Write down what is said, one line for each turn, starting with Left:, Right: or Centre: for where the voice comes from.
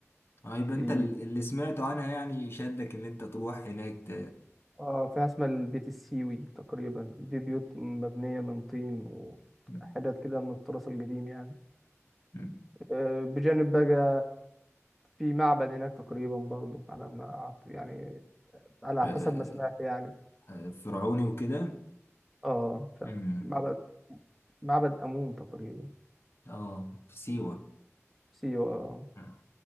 Left: اه يبقى
Centre: في
Left: انت ال- اللي سمعته عنها يعني شدك ان انت تروح هناك ت...
Centre: اه في حاجة اسمها البيت السيوي تقريبا دي بيوت مبنية من طين وحاجات
Left: م-
Centre: كده من التراث القديم يعني
Left: م-
Centre: آه، بجانب بقى في معبد هناك تقريبا برضه على ما أعت- يعني على
Left: آه،
Centre: حسب ما سمعت يعني
Left: آه، فرعوني وكده
Centre: اه مش عارف.
Left: مم.
Centre: معبد معبد أمون تقريبا
Left: اه في سيوة
Centre: سيوة
Left: مم.